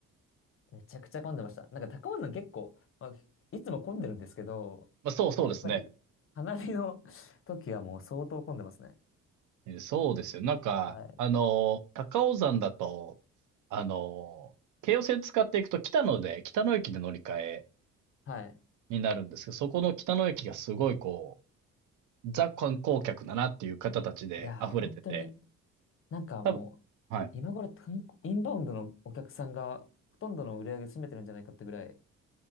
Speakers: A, on the left (about 45°); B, on the right (about 75°).
A: めちゃくちゃ混んでました。なんか高尾山結構、まあ、いつも混んでるんですけど、
B: まあ、そうそうですね。
A: やっぱり花見の <laughs> 時はもう相当混んでますね。
B: えーそうですよ。なんか、
A: はい。
B: あのー、高尾山だと、あのー、京葉線使っていくと北野で、北野駅で乗り換え
A: はい。
B: になるんですけど、そこの北野駅がすごいこう、ザ観光客だなっていう方たちで溢れてて、
A: いや、本当に、なんかもう、
B: 多分はい。
A: 今頃観光インバウンドのお客さんがほとんどの売り上げ占めてるんじゃないかってぐらい、